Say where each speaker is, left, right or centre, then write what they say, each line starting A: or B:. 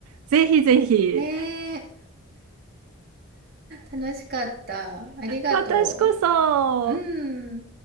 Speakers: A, on the right; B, on the right.
A: ぜひぜひ。
B: ねえ。楽しかった。ありがと
A: 私こそ、
B: う。うん。